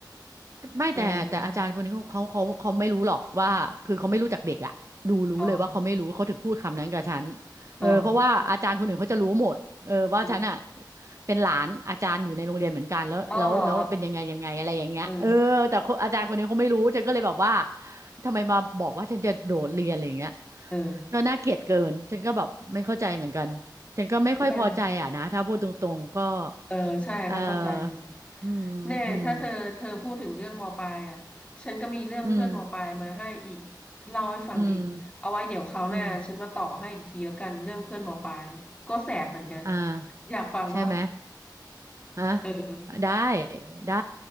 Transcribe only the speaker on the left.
เอออ๋อ
อ๋ออืม
เอ้าเหรอเออ
เออ
เออ เออใช่ก็เข้าใจอยู่
แน่ถ้าเธอเธอพูดถึงเรื่องมปลายอ่ะฉันก็มีเรื่องเพื่อนมปลายมาให้อีก
เล่าให้ฟังอีกเอาไว้เดี๋ยวคราวหน้าฉันมาต่อให้อีกทีแล้วกันเรื่องเพื่อนมปลายก็แสบเหมือนกัน
อยากฟังป่ะ
เออ